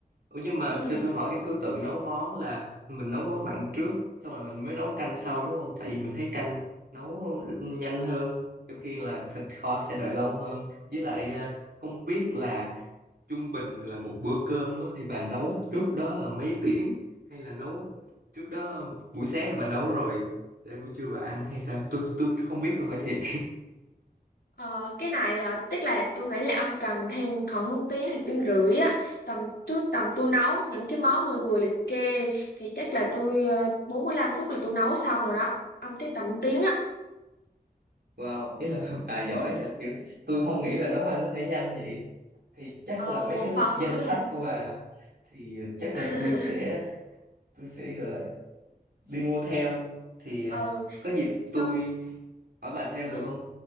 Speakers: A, on the right; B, on the left.
A: Ủa nhưng mà
B: ừ
A: cho tôi hỏi cái thứ tự nấu món là mình nấu món mặn trước xong rồi mình mới nấu canh sau đúng không? Tại vì mình thấy canh nấu nhanh hơn trong khi là thịt kho phải đợi lâu hơn. Với lại à, không biết là trung bình là một bữa cơm á, thì bà nấu trước đó là mấy tiếng hay là nấu trước đó buổi sáng là bà nấu rồi để buổi trưa bà ăn hay sao tôi tôi không biết tôi hỏi thiệt
B: Ờ, cái này à, tức là tôi nghĩ là ông cần thêm khoảng tiếng hay tiếng rưỡi á tầm tôi tầm tôi nấu những cái món mới vừa liệt kê thì chắc là tôi ờ, 45 phút là tôi nấu xong rồi đó ông tới tầm tiếng á
A: wow ý là <laughs> bà giỏi
B: ừ.
A: vậy kiểu tôi không nghĩ là nấu ăn có thể nhanh vậy thì chắc
B: ờ,
A: là mấy
B: một
A: cái
B: phần
A: danh
B: nữa là
A: sách của bà thì chắc
B: <laughs>
A: là tôi sẽ tôi sẽ gọi là đi mua theo thì
B: ờ
A: à, có gì
B: xong
A: tôi hỏi bà thêm
B: ừ,
A: được không